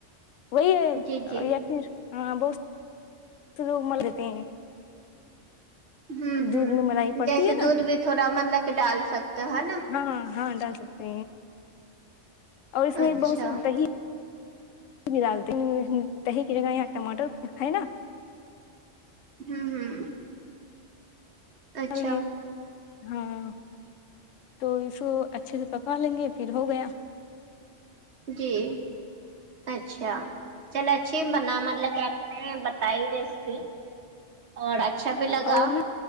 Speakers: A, on the left (about 85°); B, on the right (about 65°).
A: وہی ہے
B: جی جی
A: یا پھر ہاں بہت تو لوگ مر دیتے ہیں
B: <inaudible> ہوں ہمم
A: دودھ میں ملائی پڑتی
B: جیسے
A: ہے نا
B: دودھ بھی تھوڑا مطلب کہ ڈال سکتے ہے نا
A: ہاں ہاں ڈال سکتے اور اس میں
B: اچھا
A: بہت سی دہی بھی ڈالتے دہی کی جگہ یہ ٹماٹر ہے نا
B: ہوں ہوں اچھا
A: <unintelligible> ہاں تو اس کو اچھے سے پکا لیں گے پھر ہو گیا
B: جی اچھا چل اچ ھی بنا مطلب کہ آپ نے بتائی ریسیپی اور اچھا بھی لگا
A: اور نا